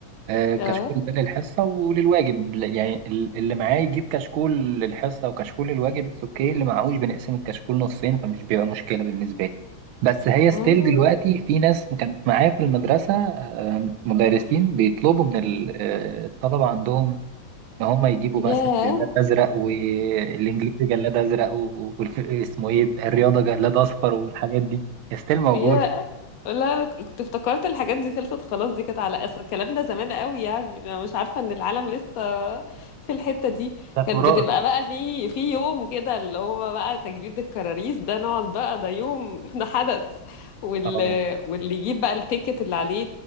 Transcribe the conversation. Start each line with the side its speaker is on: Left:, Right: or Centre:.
Right: آه، كشكول
Left: اه
Right: ده للحصة وللواجب ل- يعني ال- اللي معاه يجيب كشكول للحصة وكشكول للواجب اتس اوكي اللي معهوش بنقسم الكشكول نصين فمش بيبقى مشكلة بالنسبة لي بس هي
Left: اه
Right: ستيل دلوقتي في ناس كانت معايا في المدرسة آه، مدرسين بيطلبوا من ال- آه، الطلبة عندهم إن هم يجيبوا
Left: ياه
Right: مثلا جلاد أزرق والإنجليزي جلاد أزرق و- والف- اسمه إيه الرياضة جلاد أصفر والحاجات دي ستيل موجود
Left: يا لا انا كنت افتكرت الحاجات دي خلصت خلاص دي كانت على اصل الكلام ده زمان قوي يعني انا مش عارفه ان العالم لسه في الحته دي
Right: ده
Left: كانت
Right: تراث
Left: بتبقى بقى في في يوم كده اللي هو بقى تجديد الكراريس ده نقعد بقى ده يوم <laughs> ده حدث واللي
Right: اه
Left: واللي يجيب بقى التيكت اللي عليه